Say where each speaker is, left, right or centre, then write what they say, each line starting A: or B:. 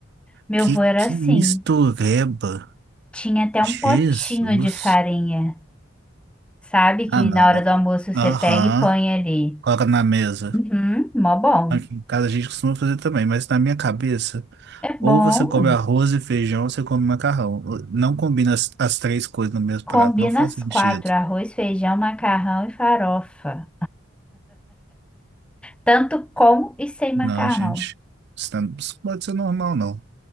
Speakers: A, in the centre; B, on the right.
A: Meu
B: que,
A: avô era
B: que
A: assim.
B: mistureba.
A: Tinha até
B: Jesus.
A: um potinho de farinha, sabe? Que
B: Ah, não.
A: na hora do almoço você
B: Aham.
A: pega e põe ali.
B: Coloca na mesa.
A: Uhum. Mó bom.
B: Aqui em casa a gente costuma fazer também, mas na minha cabeça,
A: É
B: ou
A: bom.
B: você come arroz e feijão, ou você come macarrão. Não combina as, as três coisas no mesmo
A: Combina
B: prato, não faz
A: as
B: sentido.
A: quatro: arroz, feijão, macarrão e farofa. Tanto com e sem macarrão.
B: Não, gente. Isso não- isso pode ser normal, não.